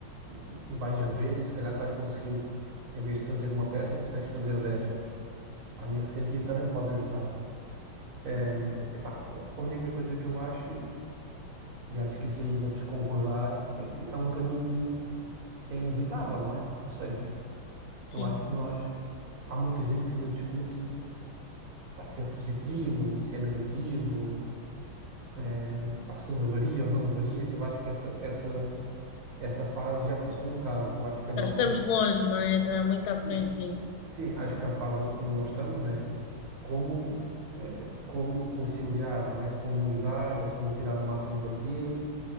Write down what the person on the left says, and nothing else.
Sim,
sim.
Já estamos longe, não é? Já muito à
frente disso.